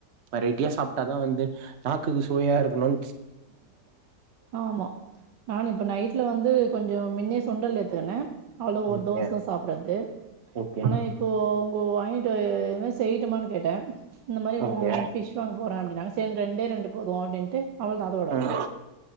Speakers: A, on the right; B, on the right.
A: வெரைட்டியா சாப்ட்டாதா வந்து நாக்குக்கு சுவையா இருக்கணுனு
B: ஆமா நா இப்ப நைட்ல வந்து கொஞ்சோ மின்னே சுண்டல் எத்துக் ன அதுல ஒரு
A: ஓகே
B: தோச சாப்டறது
A: ஓகே
B: ஆனா இப்போ உங்க வாயிட்டு என் செய்ட்டுமானு கேட்ட இந்த மாரி
A: ஓகே
B: ஃபிஷ் வாங்க போற அப்டினாங்க செரி ரெண்டே ரெண்டு போது அப்டின்ட்டு போது அதோட
A: ம்.